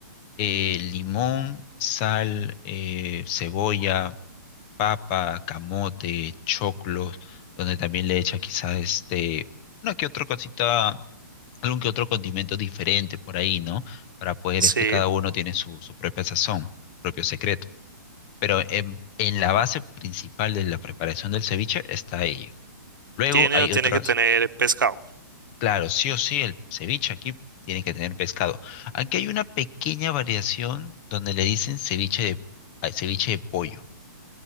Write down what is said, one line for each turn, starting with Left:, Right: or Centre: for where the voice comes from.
Left: eh, limón, sal, eh, cebolla papa, camote, choclos, donde también le echa quizás este, una que otra cosita, algún que otro condimento diferente por ahí, ¿no? Para poder
Right: Sí,
Left: este, cada uno tiene su, su propia sazón, propio secreto. Pero en, en la base principal de la preparación del ceviche está ello. Luego
Right: tiene
Left: hay
Right: o tiene
Left: otras,
Right: que tener pescado.
Left: claro, sí o sí, el ceviche aquí tiene que tener pescado. Aquí hay una pequeña variación donde le dicen ceviche de, ay, ceviche de pollo